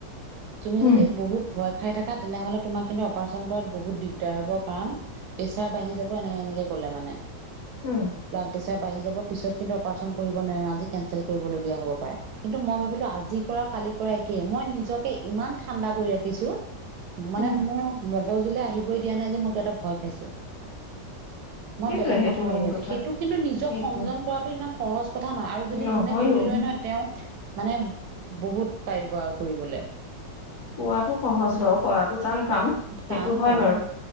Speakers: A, on the right (about 70°); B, on the left (about 60°).
A: তুমি
B: উম,
A: যদি বহুত ভয় খাই থাকা তেনেহলে তোমাৰ কিন্তু অপাৰচন কৰাত বহুত দিগদাৰ হ'ব কৰণ প্ৰেচাৰ বাঢ়ি যাব এনেকে এনেকে ক'লে মানে
B: উম,
A: ব্লাড প্ৰেছাৰ পাই ‌যাব পিছত কিন্তু অপাৰচন কৰিব নোৱাৰিম আজি কেলচেল কৰিবলগীয়া হব পাৰে কিন্তু মই ভাবিলোঁ আজি কৰা কৰা মই নিজকে ইমান ঠাণ্ডা কৰি ৰাখিছো মানে
B: উম,
A: মোৰ মগজুলে আহিবই দিয়া নাই যে মই কিবা এটা ভয় খাইছো মই
B: সেইটোৱে
A: বেলেগ
B: সেইটো
A: কথা
B: মেইন
A: ভাবি আছো সেইটো কিন্তু নিজক
B: সেইটো
A: সংযম কৰাটো ইমান সহজ কথা নহয় আৰু যদি
B: নহয়ও
A: যোনে কৰি লয় নহয় তেওঁক মানে বহুত পাৰিব আৰু ফুৰিবলে
B: কোৱাটো সহজ বাৰু কৰাটো টান কাম সেইটো
A: টান
B: হয়
A: বাৰু